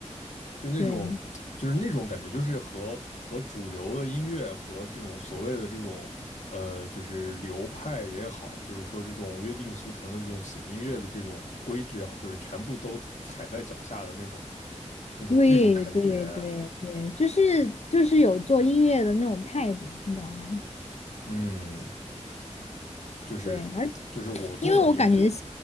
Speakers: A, on the left (about 80°); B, on the left (about 60°).
A: 就那种就是那种感觉，
B: 对，
A: 就是和和主流的音乐和这种所谓的这种呃，就是流派也好，就是说这种约定俗成的这种写音乐的这种规矩啊，就是全部都踩在脚下的那种那种那种感觉，
B: 对，对，对，对，就是就是有做音乐的那种态度，你知道吗？
A: 嗯，就是就是我做的音乐，
B: 对，而因为我感觉，